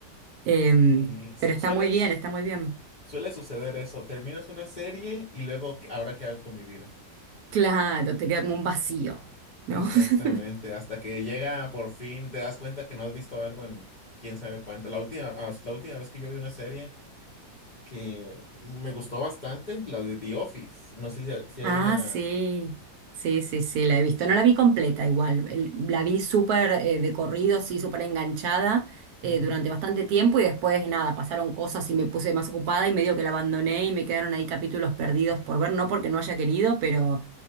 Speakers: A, on the right; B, on the left.
A: Em,
B: Y sueles.
A: pero está muy bien, está muy bien.
B: Suele suceder eso, terminas una serie y luego, "¿Qué- ¿ahora qué hago con mi vida?
A: Claro, te queda como un vacío, ¿no?
B: Exactamente,
A: <laughs>
B: hasta que llega por fin, te das cuenta que no has visto algo en quién sabe cuánto. La última, ah, la última vez que yo vi una serie que me gustó bastante, la de The Office, no sé si, si hay
A: Ah,
B: una...
A: sí, sí, sí, sí, la he visto. No la vi completa igual, el- la vi súper eh, de corrido, sí, súper enganchada eh,
B: Ujú.
A: durante bastante tiempo y después nada, pasaron cosas y me puse más ocupada y medio que la abandoné y me quedaron ahí capítulos perdidos por ver, no porque no haya querido, pero